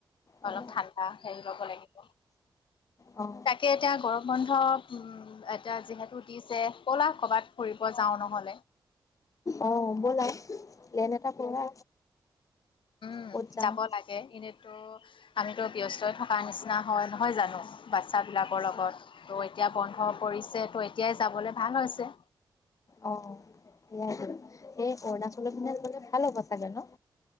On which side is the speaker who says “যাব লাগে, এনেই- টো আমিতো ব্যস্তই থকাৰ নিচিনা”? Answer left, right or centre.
Left